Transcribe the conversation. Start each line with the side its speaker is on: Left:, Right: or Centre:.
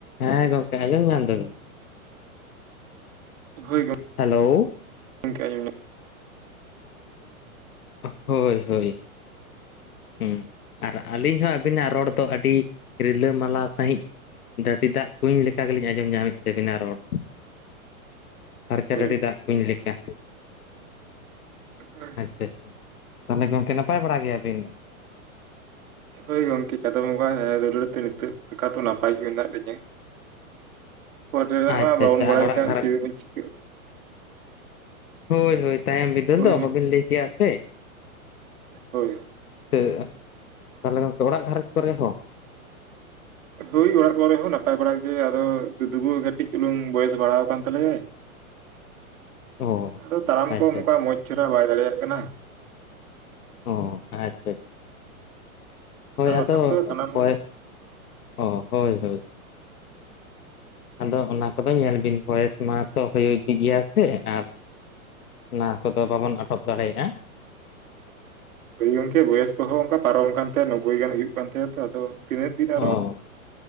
Left: ᱦᱮᱸ ᱜᱚᱝᱠᱮ ᱟᱸᱡᱚᱢ ᱧᱟᱢ ᱫᱟᱹᱵᱤᱱ
Right: ᱦᱚᱭ ᱜᱚ-
Left: ᱦᱮᱞᱳ
Right: <unintelligible>
Left: ᱚᱦ ᱦᱳᱭ ᱦᱳᱭ ᱦᱩᱸ ᱟᱨ ᱟᱹᱞᱤᱧ ᱦᱚᱸ ᱟᱹᱵᱤᱱᱟᱜ ᱨᱚᱲ ᱫᱚ ᱟᱹᱰᱤ ᱨᱤᱞᱟᱹᱢᱟᱞᱟ ᱥᱟᱺᱦᱤᱡ ᱰᱟᱹᱰᱤ ᱫᱟᱜ ᱠᱩᱧ ᱞᱮᱠᱟ ᱜᱮᱞᱤᱧ ᱟᱸᱡᱚᱢ ᱧᱟᱢᱮᱫ ᱛᱟᱵᱤᱱᱟ ᱨᱚᱲ
Right: <inaudible>
Left: ᱯᱷᱟᱨᱪᱟ
Right: ᱦᱳᱭ
Left: ᱰᱟᱹᱰᱤ ᱫᱟᱜ ᱠᱩᱧ ᱞᱮᱠᱟ ᱾
Right: <unintelligible>
Left: ᱟᱪᱪᱷᱟ ᱛᱟᱦᱞᱮ ᱜᱚᱝᱠᱮ ᱱᱟᱯᱟᱭ ᱵᱟᱲᱟ ᱜᱮᱭᱟᱵᱤᱱ?
Right: ᱦᱚᱭ ᱜᱚᱝᱠᱮ ᱪᱟᱸᱫᱚ ᱵᱚᱸᱜᱟ ᱟᱹ ᱫᱩᱞᱟᱹᱲ ᱛᱮ ᱱᱤᱛᱚᱜ ᱞᱮᱠᱟ ᱛᱚ ᱱᱟᱯᱟᱭ ᱜᱮ ᱢᱮᱱᱟᱜ ᱞᱤᱧᱟᱹ ᱾ ᱯᱚᱨᱮ ᱨᱮᱱᱟᱜ
Left: ᱟᱪᱪᱷᱟ
Right: ᱢᱟ ᱵᱟᱵᱚᱱ
Left: ᱟᱪᱪᱷᱟ
Right: ᱵᱟᱲᱟᱭ
Left: ᱚᱲᱟᱜ
Right: ᱠᱟᱜ
Left: ᱜᱷᱟᱨᱚᱸᱡᱽ
Right: ᱪᱮᱫ ᱵᱚᱱ ᱪᱤᱠᱟᱹᱜ
Left: ᱦᱳᱭ ᱦᱳᱭ ᱛᱟᱭᱚᱢ ᱵᱤᱫᱟᱹᱞ
Right: ᱦᱳᱭ
Left: ᱫᱚ ᱚᱦᱚᱵᱤᱱ ᱞᱟᱹᱭ ᱠᱮᱭᱟ ᱥᱮ ᱾
Right: ᱦᱳᱭ
Left: <unintelligible> ᱛᱟᱦᱞᱮ ᱜᱚᱝᱠᱮ ᱚᱲᱟᱜ ᱜᱷᱟᱨᱚᱸᱡᱽ ᱠᱚᱨᱮ ᱦᱚᱸ?
Right: ᱦᱳᱭ ᱚᱲᱟᱜ ᱠᱚᱨᱮ ᱦᱚᱸ ᱱᱟᱯᱟᱭ ᱵᱟᱲᱟ ᱜᱮ ᱟᱫᱚ ᱫᱩᱫᱩ ᱜᱳ ᱠᱟᱹᱴᱤᱡ ᱪᱩᱞᱩᱝ ᱵᱚᱭᱮᱥ ᱵᱟᱲᱦᱟᱣ ᱟᱠᱟᱱ ᱛᱟᱞᱮᱭᱟᱭ ᱾
Left: ᱚ
Right: ᱟᱫᱚ ᱛᱟᱲᱟᱢ
Left: ᱟᱪᱪᱷᱟ
Right: ᱠᱚ ᱚᱱᱠᱟ
Left: ᱟᱪᱪᱷᱟ
Right: ᱢᱚᱸᱡᱽ ᱪᱮᱦᱨᱟ ᱵᱟᱭ ᱫᱟᱲᱮᱭᱟᱜ ᱠᱟᱱᱟ ᱾
Left: ᱚ ᱟᱪᱪᱷᱟ ᱟᱪᱪᱷᱟ ᱦᱳᱭ
Right: ᱟᱨ ᱵᱟᱠᱷᱟᱱ
Left: ᱟᱫᱚ
Right: ᱛᱚ ᱥᱟᱱᱟᱢ
Left: ᱵᱚᱭᱮᱥ ᱚᱦᱚ ᱦᱳᱭ ᱦᱳᱭ ᱟᱫᱚ ᱚᱱᱟ ᱠᱚᱫᱚ ᱧᱮᱞ ᱵᱤᱱ ᱵᱚᱭᱮᱥ ᱢᱟᱛᱚ ᱦᱳᱭ ᱤᱫᱤᱜ ᱜᱮᱭᱟ ᱥᱮ ᱟᱨ- ᱚᱱᱟ ᱠᱚᱫᱚ ᱵᱟᱵᱚᱱ ᱟᱴᱚᱠ ᱫᱟᱲᱮᱭᱟᱜ-ᱟ ᱾
Right: ᱦᱚᱭ ᱜᱚᱝᱠᱮ ᱵᱚᱭᱮᱥ ᱠᱚᱦᱚᱸ ᱚᱱᱠᱟ ᱯᱟᱨᱚᱢ ᱟᱠᱟᱱ ᱛᱟᱭᱟ ᱱᱳᱵᱵᱚᱭ ᱜᱟᱱ ᱦᱩᱭᱩᱜ ᱠᱟᱱ ᱛᱟᱭᱟ ᱛᱚ ᱟᱫᱚ ᱛᱤᱱᱟᱹᱜ ᱫᱤᱱ
Left: ᱚ
Right: ᱟᱨᱚ